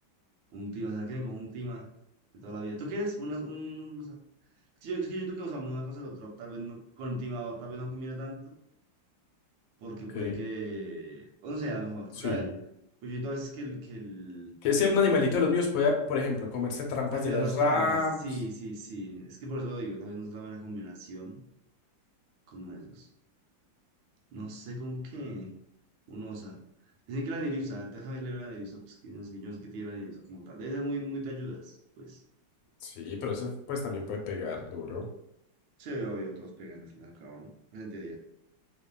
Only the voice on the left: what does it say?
Ok.
Sí.
Que ese un animalito de los míos pueda, por ejemplo, comerse trampas
de las
RAM.
Sí, pero eso pues también puede pegar duro.